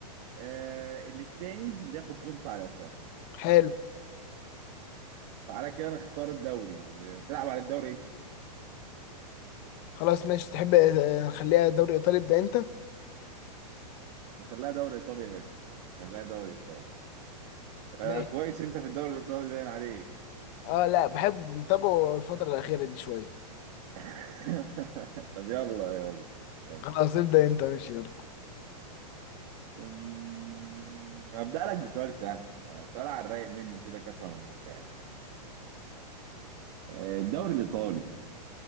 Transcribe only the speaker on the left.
حلو
خلاص ماشي تحب آه، نخليها دوري ايطالي ابدأ انت
ماشي
اه لا بحب متابعه الفترة الأخيرة دي شوية
خلاص ابدأ انت ماشي يلا